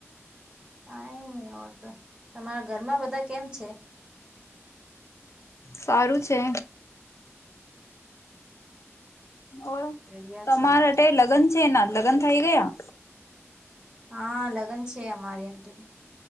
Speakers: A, on the right; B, on the left.
A: કાઈ ની ઓર તો તમારા ઘરમાં બધા કેમ છે
B: સારું છે. ઓ
A: રડિયા
B: તમારે
A: છે
B: ટે લગન છે એના લગન થઇ ગયા
A: હા લગન છે અમારી આટે